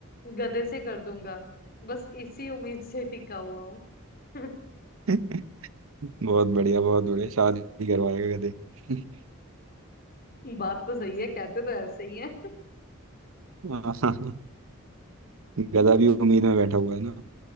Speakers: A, on the left (about 45°); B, on the right (about 75°).
A: गधे से कर दूंगा बस इसी उम्मीद से टिका हुआ हूँ <laughs>
B: <laughs> बहुत बढ़िया बहुत बढ़िया शादी करवाएगा गधे <laughs>
A: बात तो सही है कहते तो ऐसे ही है
B: हाँ हाँ। गधा भी उम्मीद में बैठा हुआ है ना